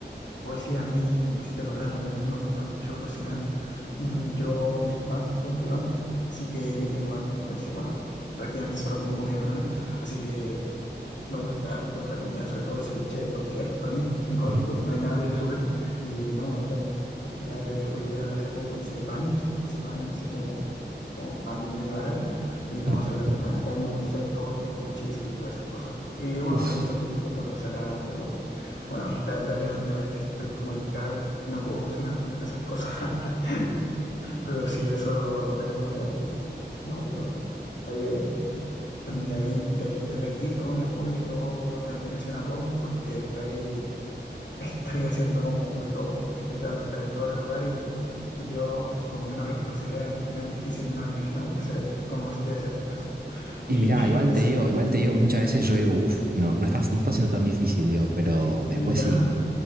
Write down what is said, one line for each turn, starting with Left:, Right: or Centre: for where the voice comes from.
Left: Hoy sí, a mí me hiciste acordar, a mí también me gusta mucho cocinar. Mm, Yo, mis papás son peruanos, así que yo tengo harta influencia, bueno, prácticamente solo como comida peruana, así que... Me gusta harto la comida, sobre todo ese biche top tier. Para mí, God,
Right: Ujú,
Left: God, no hay nada que le supere. Y no, a mí también me gusta harto cocinar. De hecho, hoy día, hace poco hice panes, hice panes, así como, como pan medio árabe. Y no,
Right: ujú.
Left: salieron de buena. También me gusta hacer tortas como cheesecake y todas esas cosas. Y bueno,
Right: Uf,
Left: también lo típico, cosas saladas, pero bueno, lamentablemente ahora que estoy como en cada... No puedo cocinar tanto esas cosas. <laughs> Pero sí, eso, eso uno trata. Y, no, pero... Oye, también a mí, de aquí, desde aquí, todo mi apoyo y toda mi admiración a vos, porque estáis, <laughs> estáis haciendo como de todo, estáis tratando de estar en todos los lugares y pucha, y yo con menos responsabilidad, más difícil, no me imagino cómo será, cómo debe ser tu caso. <laughs>
Right: Y
Left: Y,
Right: mirá, igual
Left: eso,
Right: te digo, igual te digo, muchas veces yo digo, uff, no, no estás, no está siendo tan difícil, digo, pero después
Left: ya,
Right: sí.